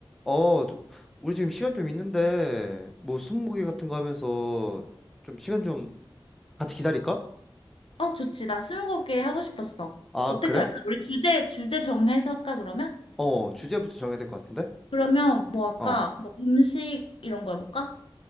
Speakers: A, in the centre; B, on the left.
A: 어, 저- 우리 지금 시간 좀 있는데, 뭐, 스무고개 같은 거 하면서 좀 시간 좀 같이 기다릴까?
B: 어, 좋지. 나 스무고개 하고 싶었어.
A: 아,
B: 어떻게
A: 그래?
B: 할까? 그래. 우리 주제, 주제 정해서 할까, 그러면?
A: 어, 주제부터 정해야 될 것 같은데?
B: 그러면 뭐 할까?
A: 어,
B: 뭐 음식 이런 거 해볼까?